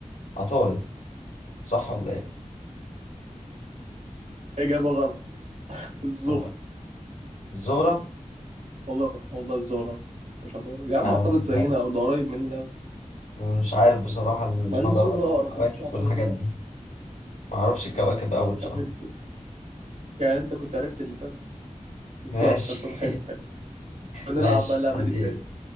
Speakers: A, on the left (about 80°); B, on the right (about 65°).
A: عطارد صح ولا ايه
B: إجابة غلط <laughs> الزهرة
A: طب الزهرة
B: والله والله الزهرة مش هتعترض يا عم
A: يعني
B: اعترض زينا او ده قريب مننا قوي
A: مش عارف بصراحة المجرات
B: مع ان الزهرة اقرب
A: والكواكب
B: برضه مش هعترض
A: والحاجات
B: زهرة
A: دي ما اعرفش الكواكب قوي بصراحة
B: مش عارف. يعني انت كنت عرفت اللي فات خلصان
A: <laughs> ماشي
B: خلصان حلو حلو هنلعب
A: ماشي
B: بقى اللعبة
A: خلي
B: دي تاني